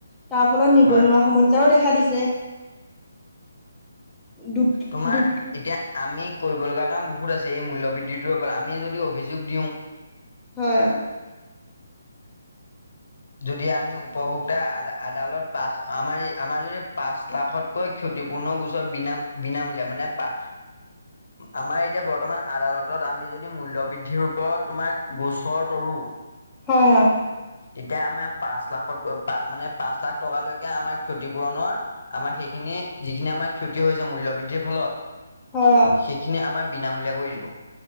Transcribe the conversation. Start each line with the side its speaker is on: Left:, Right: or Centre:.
Centre: তাৰ ফলত নিবনুৱা
Left: হয়
Centre: সমস্যাও দেখা দিছে দুখ
Left: তোমাৰ
Centre: দুখ
Left: এতিয়া আমি কৰিব লগা াম বহুত আছে এই মূল্য বৃদ্ধিটোৰ ওপৰত আমি যদি অভিযোগ দিওঁ
Centre: হয়
Left: যদি আমি উপভোক্তা আদালত পাঁচ আমাৰ আমাৰ যদি পাঁচ লাখত কৈ ক্ষতিপূৰ্ণ গোচৰ বিনাম বিনামূলীয়া মানে প আমাৰ এতিয়া বৰ্তমান আদালতত আমি যদি মূল্য় বৃদ্ধিৰ ওপৰত তোমাৰ গোচৰ তৰো
Centre: হয় হয়
Left: তেতিয়া আমাৰ পাঁচ লাখতক মানে পাঁচ লাখ টকালৈকে আমাৰ ক্ষতিপূৰণৰ আমাৰ সেইখিনি যিখিনি আমাৰ ক্ষতি হৈছে মূল্য বৃদ্ধিৰ ফলত
Centre: হয়
Left: সেইখিনি আমাৰ বিনামূলীয়া কৰি দিব